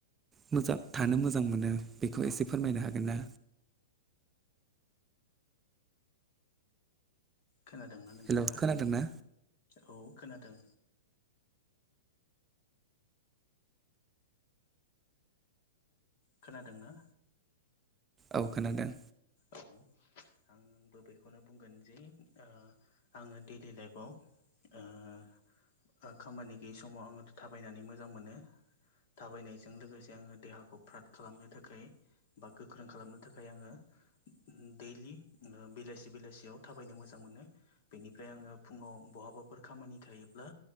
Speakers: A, on the right; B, on the left.
A: मोजां थानो मोजां मोनो बेखौ एसे फोरमायनो हागोन ना?
B: खोनादोंना नोंथाङा?
A: हेल' खोनादोंना
B: औ खोनादों। खोनादोंना?
A: औ खोनादों।
B: औ। आंबो बेेखौनो बुंगोन जे ओ आङो दैलि लाइफआव ओ खामानि गैयि समाव आङो थाबायनानै मोजां मोनो। थाबायनायजों लोगोसे आङो देहाखौ फ्रात खालामनो थाखाय बा गोख्रों खालामनो थाखाय आङो उम दैलि बेलासि बेलासियाव थाबायनो मोजां मोनो। बेनिफ्राय आङो फुङाव ब बहाबाफोर खामानि थायोब्ला